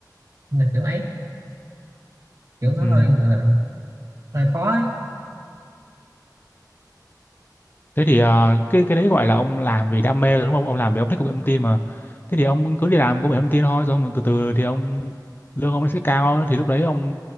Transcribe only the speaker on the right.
nên là kiểu ấy kiểu nó
hơi gọi là hơi khó ấy.